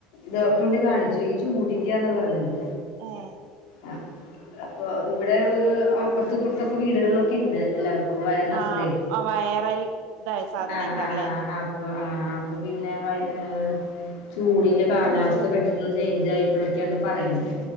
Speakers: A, on the left (about 80°); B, on the right (about 60°).
A: ഡോക്ടറെ കൊണ്ട് കാണിച്ചു. ഈ ചൂടിന്റെയാന്നാ പറഞ്ഞത്.
B: ഏഹ്.
A: ആഹ്. അപ്പൊ ഇവിടെ അപ്പുറത്തിപ്പുറത്തൊക്കെ വീടുകളിലൊക്കെ ഉണ്ട്. എല്ലാവർക്കും. വയറിനസുഖേ
B: ആഹ് വൈറൽ ഇതായ സാധനേക്കാരല്ലേ
A: ആഹ് ആഹ് ആഹ് ആഹ് അപ്പൊ പിന്നെ വയ് ഏഹ്. ചൂടിൻ്റെ കാലാവസ്ഥ പെട്ടന്ന് ഒന്ന് ചേയ്ഞ്ചായപ്പോഴൊക്കെയാന്ന് പറയുന്നെ.